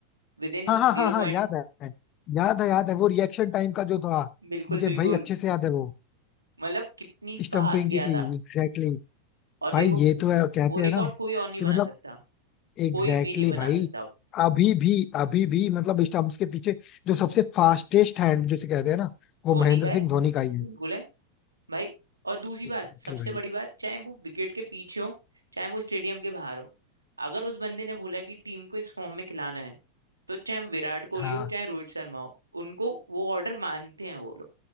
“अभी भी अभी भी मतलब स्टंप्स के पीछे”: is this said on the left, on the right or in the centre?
Left